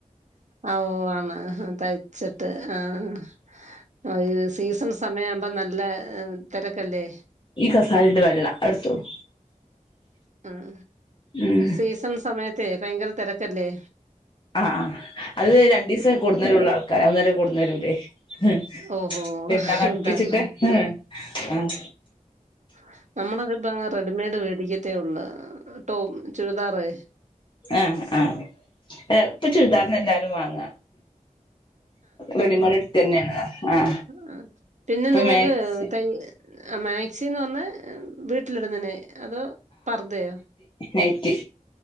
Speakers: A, on the right; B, on the left.
A: ആഓ ആണോ തയ്ച്ചിട്ട് ആഹ്. ആ യീ സീസൺ സമയം ആവുമ്പോ നല്ല തെരക്കല്ലേ?
B: ഈ കസാലി ണ്ട് വെള്ള അ ഇട്ത്തോളു
A: ഉം
B: ഉം
A: സീസൺ സമയത്തെ ഭയങ്കര തെരക്കല്ലെ?.
B: അ ആഹ് അത് രണ്ടീസം
A: ഉം
B: കൊട്ന്നരുള്ളു ആൾക്കാര്. അന്നേരം കൊട്ന്നരൂല്ലേ. ഉം
A: ഓഹോ
B: പിന്നെ മട്ടിച്ചിട്ട്
A: അതാണ്
B: ഹ് ആഹ്
A: <inaudible> നമ്മളൊക്കെ ഇപ്പ റെഡിമെയ്ഡ് വേടിക്കത്തേ ഉള്ളു. ടോ ചുരിദാറ്
B: ആ ആ എ ഇപ്പൊ ചുരിദാറന്നെ എല്ലാരും വാങ്ങ. റെഡിമെയ്ഡ് ഇട്ക്കന്നേണ് ആ
A: ഉം പിന്നെ
B: ഇപ്പൊ
A: നിങ്ങക്ക്
B: മാക്സി
A: തൻ ആ മാക്സിന്ന് പറഞ്ഞ. വീട്ടിലിടുന്നനെ അതോ, പർദയോ?
B: നൈറ്റി